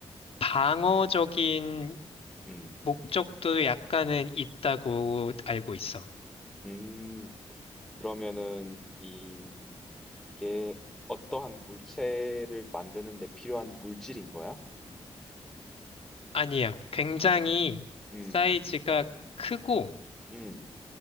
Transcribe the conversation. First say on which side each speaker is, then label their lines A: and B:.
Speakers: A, on the left; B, in the centre.
A: 방어적인
B: 음.
A: 목적도 약간은 있다고 알고 있어.
B: 음. 그러면은 이 이게 어떠한 물체를 만드는 데 필요한 물질인 거야?
A: 아니야, 굉장히
B: 음,
A: 사이즈가 크고,
B: 음,